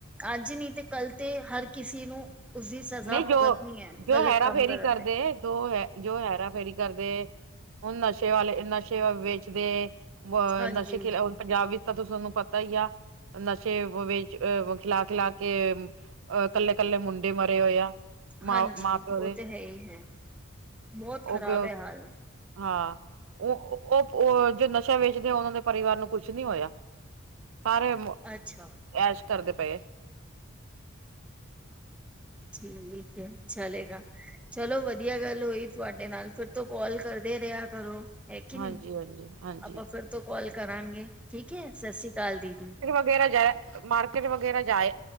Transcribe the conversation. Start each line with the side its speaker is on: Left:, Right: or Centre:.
Centre: ਅੱਜ ਨੀ ਤੇ ਕੱਲ ਤੇ ਹਰ ਕਿਸੇ ਨੂੰ ਉਸਦੀ ਸਜ਼ਾ
Right: ਨਹੀਂ ਜੋ-ਜੋ
Centre: ਭੁਗਤਣੀ ਹੈ ਗ਼ਲਤ
Right: ਹੈੇਰਾ
Centre: ਕੰਮ
Right: ਫੇਰੀ
Centre: ਕਰਨ
Right: ਕਰਦੇ
Centre: ਦੇ
Right: ਦੋ ਹੈ ਜੋ ਹੈੇਰਾ ਫੇਰੀ ਕਰਦੇ। ਹੁਨ ਨਸ਼ੇ ਵਾਲੇ ਨਸ਼ੇ ਵੇਚਦੇ ਅਹ
Centre: ਹਾਂਜੀ
Right: ਨਸ਼ੇ ਖਿਲਾ। ਪੰਜਾਬ ਵਿੱਚ ਤਾਂ ਤੁਹਾਨੂੰ ਪਤਾ ਹੀ ਆ। ਨਸ਼ੇ ਵਿੱਚ ਅਹ ਖਿਲਾ-ਖਿਲਾ ਕੇ ਅਹ ਕੱਲੇ-ਕੱਲੇ ਮੁੰਡੇ ਮਰ। ਏਦਾਂ ਹੋਏਆ ਮ
Centre: ਹਾਂਜੀ
Right: ਮਾਂ ਪਿਓ
Centre: ਉਹ
Right: ਦੇ
Centre: ਤੇ ਹੈ ਹੀ ਹੈ ਬਹੁਤ ਖ਼ਰਾਬ
Right: ਔਹ।
Centre: ਹੈ ਹਾਲ
Right: ਹਾਂ ਔਹ-ਔਹ ਜੋ ਨਸ਼ਾ ਵੇਚਦੇ ਉਨਾਂ ਦੇ ਪਰਿਵਾਰ ਨੂੰ ਕੁਛ ਨੀ ਹੋਇਆ। ਸਾਰੇ
Centre: ਅੱਛਾ
Right: ਐਸ਼ ਕਰਦੇ ਪਏਐ।
Centre: ਠੀਕ ਹੈ ਚਲੇਗਾ। ਚਲੋ ਵਧੀਆਗੱਲ ਹੋਈ ਤੁਹਾਡੇ ਨਾਲ ਫਿਰ ਤੋਂ ਕੋਲ ਕਰਦੇ ਰਿਹਾ ਕਰੋ। ਹੈ ਕਿ
Right: ਹਾਂਜੀ
Centre: ਨਹੀਂ
Right: ਹਾਂਜੀ ਹਾਂਜੀ
Centre: ਆਪਾਂ ਫਿਰ ਤੋਂ ਕੋਲ ਕਰਾਂਗੇ ਠੀਕ ਹੈ ਸਸ ਸ੍ਰੀ ਕਾਲ ਦੀ।
Right: ਫੇਰ ਵਗੈਰਾ ਜਾਏ ਮਾਰਕੀਟ ਵਗੈਰਾ ਜਾਏ